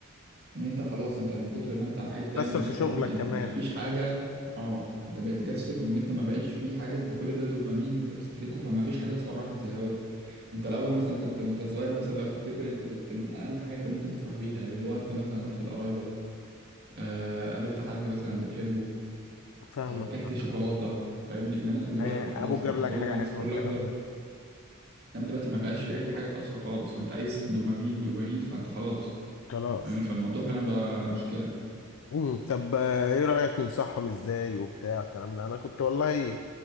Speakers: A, on the right (about 50°); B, on the left (about 65°).
A: ان انت خلاص انت من كتر ما انت قاعد تعمل
B: تأثر في
A: سكرول
B: شغلك
A: انت
B: كمان
A: ما فيش حاجة اه انت بقيت تكسل وان انت ما بقيش فيه حاجة انت كل ده دوبامين انت بتستهلكه فما فيش حاجة تفرحك زي الاول انت الاول مثلا كنت وانت صغير مثلا لو تفتكر انت كنت من اقل حاجة انت ممكن تفرح بيها اللي هو انت مثلا رحت لقرايبك آه قابلت حد مثلا بتحبه
B: فاهمك
A: آه كلت شوكولاتة فاهمني انما انت دلوقتي
B: هي- ابوك
A: خلاص
B: جاب
A: انت
B: لك
A: كل
B: حاجه
A: ما
B: حلوه
A: تسكرول
B: الكلام
A: اكتر
B: ده
A: انما دلوقتي ما بقاش في اي حاجة تأثر خالص فانت عايز دوبامين دوبامين فانت خلاص
B: خلاص
A: فاهمني فالموضوع فعلا بقى مشكلة
B: مم. طب آه، ايه رايك ننصحهم ازاي وبتاع الكلام ده انا كنت والله